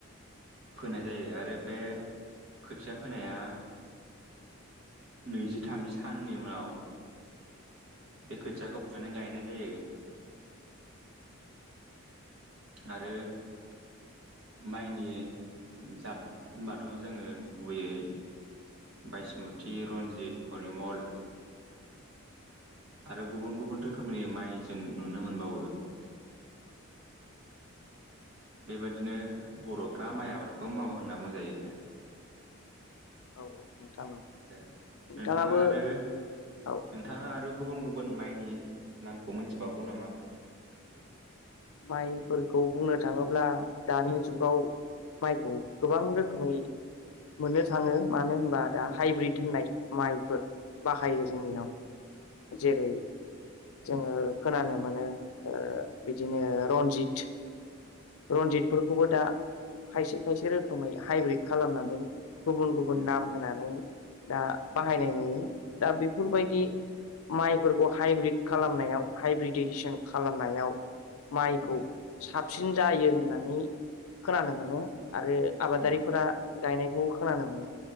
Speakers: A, on the right; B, on the left.
A: फोनाय जायो। आरो बे खोथिया फोनाया नैजि थामजि साननि उनाव बे खोथियाखौव फुना नै गायनाय जायो। आरो माइनि जादबाथ' जोंङो गुबैयै बायसमुति, रन्जित, परिमल, आरो गुबुन गुबुन रोखोमनि माइ जों नुनो मोनबावो बेबादिनो बर'फ्रा माइ आबादखौ मावो होनना बुंजायो।
B: औ औ नोंथां।
A: ए
B: नोंथाङाबो
A: नोंथांङा आरो
B: औ
A: नोंथांङा आरो गुबुन गुबुन माइनि नामखौ मिथिबावगौ नामा?
B: माइफोरखौ बुंनो थांङोब्ला दानि जुगाव माइखौ गोबां रोखोमै मोननो थांङो मानो होनबा दा हाइब्रिद होननाय माइफोर बाहायो जोंनियाव जेरै जोंङो खोनानो मोनो बिदिनो रनजित। रनजितफोरखौबो दा खायसे खायसे रोखोमै हाइब्रिद खालामनानै गुबुन गुबुन
A: उम
B: नाम होनानै दा बाहायनाय
A: उम
B: नुयो दा बेफोरबायदि माइफोरखौ हाइब्रिद खालामनायाव हाइब्रिदजेसन खालामनायाव माइखौ
A: ए
B: साबसिन जायो होननानै खोनानो मोनो आरो आबादारिफोरा
A: उम
B: गायनायखौ खोनानो मोनो